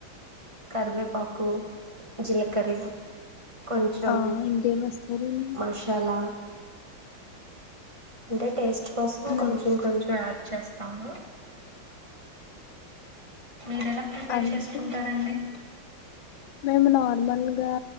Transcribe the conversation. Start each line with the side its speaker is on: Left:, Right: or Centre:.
Right: కర్వెపాకు కరీం కొంచెం
Left: ఆ ఇంకేం వేస్తారండి
Right: మసాల అంటె టేస్ట్ కోసమె
Left: నై
Right: కొంచెం కొంచెం యాడ్ చేస్తాము. మీరెల ప్రిపేర్
Left: అంటే
Right: చేసుకుంటారండి?
Left: మేము నార్మల్ గా